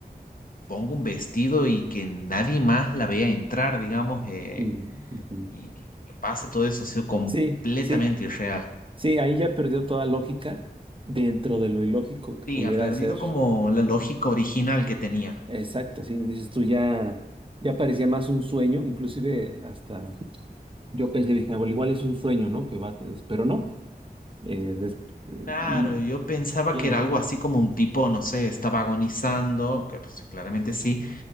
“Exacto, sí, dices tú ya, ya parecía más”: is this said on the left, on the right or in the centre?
Right